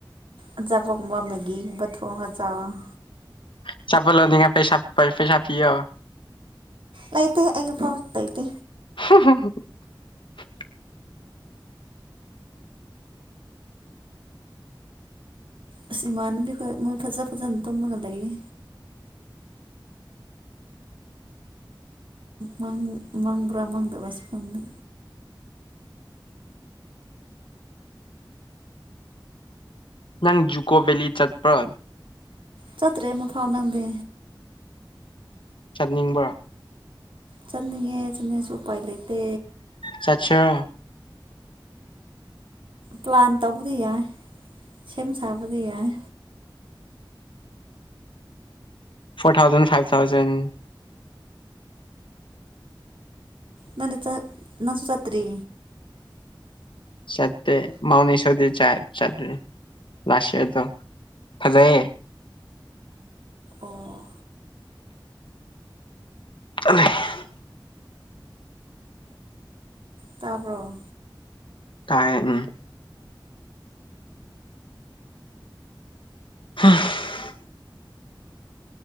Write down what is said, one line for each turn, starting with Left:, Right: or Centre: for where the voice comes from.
Right: ꯑꯆꯥꯄꫭꯠ ꯒꯨꯝꯕ ꯃꯦꯒꯤ ꯒꯨꯝꯕ ꯊꯣꯡꯒ ꯆꯥꯎꯋꫭ
Left: ꯑꯆꯥꯄꫭꯠ ꯂꯩꯅꯤꯉꯥꯏ ꯄꯩꯁ ꯄꯩꯁꯥ ꯄꯤꯌꯣ
Right: ꯂꯩꯥꯏꯇ ꯍꯦ ꯑꯩꯒꯤ ꯐꯧ ꯂꯩꯇꯦ
Left: <unintelligible>
Right: ꯑꯁ ꯏꯃꯥꯟꯅꯕꯤꯈꯣꯏ ꯃꯣꯏ ꯐꯖ ꯐꯖꯅ ꯇꯨꯝꯃꯒ ꯂꯩꯌꯦ ꯃꯡ ꯃꯥꯡꯕ꯭ꯔꯥ ꯃꯥꯡꯗꯕ꯭ꯔꯁꯨ ꯀꯪꯗꯦ
Left: ꯅꯪ ꯖꯨꯀꯣ ꯕꯦꯂꯤ ꯆꯠꯄ
Right: ꯆꯠꯇꯔꯤ ꯑꯃꯨꯛꯐꯥꯎ ꯅꯪꯗꯤ
Left: ꯆꯠꯅꯤꯡꯕ꯭ꯔ
Right: ꯆꯠꯅꯤꯡꯉꯦ ꯆꯠꯅꯤꯁꯨ ꯎꯄꯥꯏ ꯂꯩꯇꯦ
Left: ꯆꯠꯁꯤꯔ
Right: ꯄ꯭ꯂꯥꯟ ꯇꯧꯕꯗꯤ ꯌꯥꯏ ꯁꯦꯝ ꯁꯥꯕꯗꯤ ꯌꯥꯏ
Left: ꯐꯣꯔ ꯊꯥꯎꯖꯟ ꯐꯥꯏꯚ ꯊꯥꯎꯖꯟ
Right: ꯅꯪꯅ ꯆꯠ ꯅꯪꯁꯨ ꯆꯠꯇ꯭ꯔꯤ
Left: ꯆꯥꯠꯇꯦ ꯃꯥꯎꯟ ꯏ ꯁꫭ ꯗꯤ ꯆꯥ ꯆꯥꯠꯔꯦ ꯂꯥꯁꯑꯦꯗꫭ ꯐꯥꯖꯥꯏꯌꯦ
Right: ꯑꯣ
Left: <unintelligible>
Right: ꯇꯥꯕ꯭ꯔꫭ
Left: ꯇꯥꯏꯌꯦ ꯎꯝ <unintelligible>